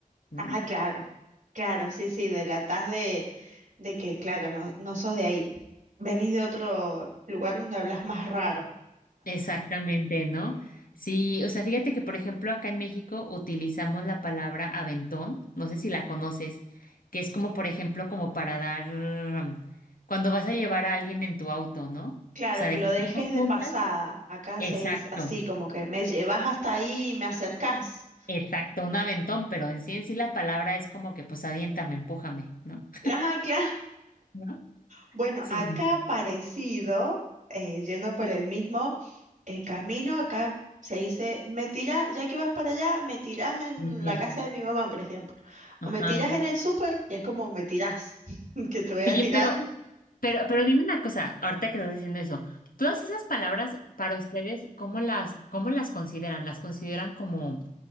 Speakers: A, on the left (about 80°); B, on the right (about 65°).
A: ¿no?
B: Ah, claro. Claro, sí, sí, delatás de, de que, claro, no, no sos de ahí. Venís de otro lugar donde hablas más raro.
A: Exactamente, ¿no? Sí, o sea, fíjate que, por ejemplo, acá en México utilizamos la palabra aventón, no sé si la conoces, que es como, por ejemplo, como para dar, mm, cuando vas a llevar a alguien en tu auto, ¿no?
B: Claro,
A: O sea,
B: que
A: de
B: lo
A: que estamos
B: dejes de
A: juntas.
B: pasada. Acá
A: Exacto.
B: se dice así, como que me llevas hasta ahí y me acercás.
A: Exacto, un aventón, pero en sí en sí la palabra es como que pues aviéntame, empújame, ¿no?
B: Ajá, claro.
A: ¿no?
B: Bueno,
A: Sí,
B: acá parecido, eh, yendo por el mismo. El camino acá se dice, me tiras, ya que vas para allá, me tiras en
A: mi tía.
B: la casa de mi mamá, por ejemplo. O
A: Ajá.
B: me tiras en el súper, y es como, me tiras, <laughs> que te voy a
A: Oye,
B: tirar.
A: pero,
B: <laughs>
A: pero, pero dime una cosa, ahorita que estás diciendo eso, todas esas palabras para ustedes, ¿cómo las, cómo las consideran? ¿Las consideran como,